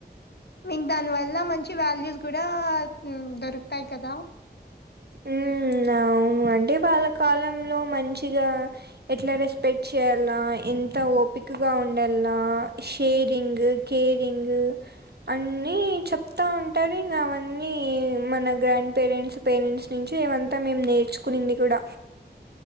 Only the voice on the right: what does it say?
ఉమ్ అవును అంటే వాళ్ళ కాలంలో మంచిగా ఎట్ల రెస్పెక్ట్ చేయాల్ల ఎంత ఓపికగా ఉండాల్లా షేరింగ్ కేరింగ్ అన్నీ చెప్తా ఉంటారు ఇంగవన్నీ మన గ్రాండ్ పేరెంట్స్ పేరెంట్స్ నుంచి ఏమంత మేము నేర్చుకునింది కూడా